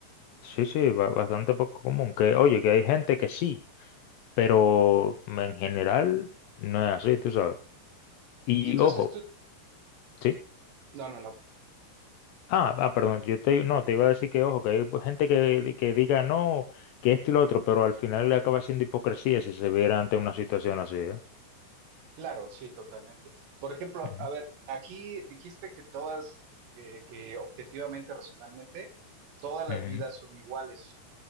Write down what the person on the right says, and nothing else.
Y entonces
tú,
no, no, no,
claro, sí, totalmente. Por ejemplo,
a ver, aquí dijiste que todas, que, que objetivamente, racionalmente, todas las
vidas son iguales.